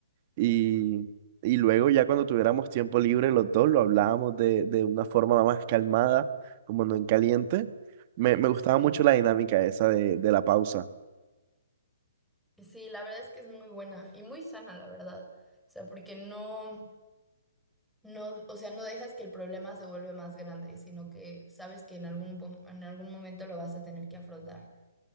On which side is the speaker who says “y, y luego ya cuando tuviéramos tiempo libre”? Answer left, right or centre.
Right